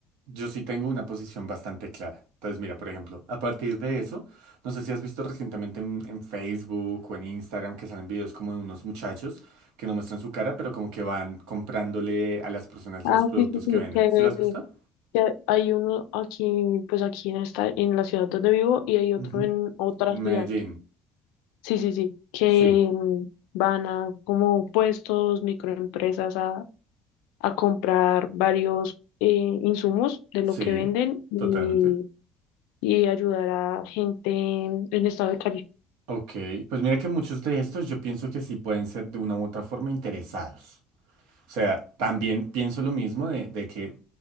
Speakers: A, on the right; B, on the left.
A: yo sí tengo una posición bastante clara. Entonces, mira, por ejemplo, a partir de eso, no sé si has visto recientemente en, en Facebook o en Instagram que salen videos como de unos muchachos que no muestran su cara, pero como que van comprándole a las personas
B: ah,
A: los productos
B: sí, sí, sí,
A: que venden.
B: que,
A: ¿Sí lo has visto?
B: que hay uno aquí, pues aquí en esta, en la ciudad donde vivo y hay otro
A: Ujú.
B: en otra
A: En
B: ciudad.
A: Medellín.
B: Sí, sí, sí, que
A: Sí,
B: mm, van a como puestos, microempresas a a comprar varios eh, insumos de lo
A: sí,
B: que venden y,
A: totalmente.
B: y ayudar a gente en, en estado de calle.
A: Ok, pues mira que muchos de estos yo pienso que sí pueden ser de una u otra forma interesados. O sea, también pienso lo mismo de, de que